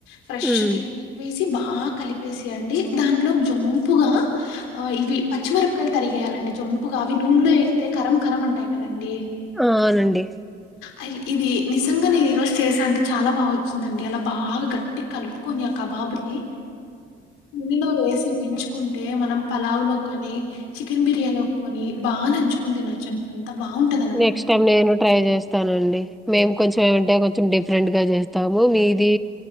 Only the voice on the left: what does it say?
ఫ్రెష్ది
వేసి బాగా వేసియంండి దాంట్లో జంపుగా ఇవి పచ్చిమిరపకాయలు తరిగేయాలండి జంపుగా అవి నూనెలో ఎగితే కరం కరం ఉంటాయి కదండి
అ ఇది నిజంగా నేను ఈ రోజు చేశాను అంటే చాలా బాగా వచ్చింద గ ఎలా బాగా గట్టి కలుపుకొని ఆ కబాబుని నన్నలు వేసి మంచుకుంటే మనం పలావ లోకానే చికెన్ బిర్యానీ ఒక్కొని బాగా నంచుకొని తినొచ్చుండి అంత బాగుంటు